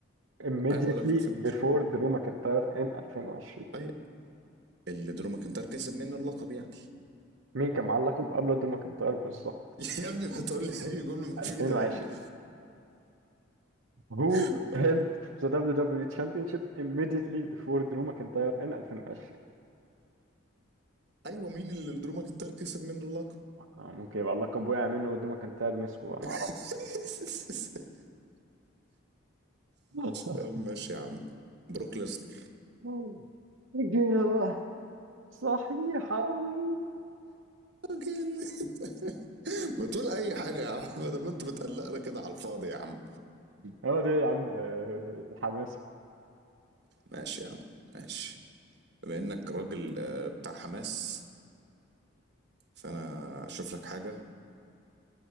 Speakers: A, on the right (about 70°); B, on the right (about 55°).
A: immediately
B: ايوه بقول لك في 2020
A: before درو ماكنتاير in 2020
B: طيب اللي درو ماكنتاير كسب منه اللقب يعني
A: مين كان معاه اللقب قبل درو ماكنتاير بالظبط
B: <laughs> يا ابني ما تقول لي اي جمله مفيده
A: 2020
B: يا ابني
A: who
B: هو-
A: held the WWE Championship immediately before درو ماكنتاير in 2020
B: ايوه مين اللي درو ماكنتاير كسب منه اللقب
A: آه، ممكن يبقى اللقب وقع منه ودرو ماكنتاير مسكه بقى
B: <laughs>
A: ما اعرف <laughs>
B: يا عم ماشي يا عم بروك ليسنر
A: مم. إجابة صحيحة <laughs> وي.
B: راجل <laughs> ما تقول اي حاجه يا عم ده ما انت بتقلقنا كده على الفاضي يا عم
A: هو ده يا عم آه، الحماسة
B: ماشي يا عم ماشي بما انك راجل آه، بتاع حماس فانا اشوف لك حاجه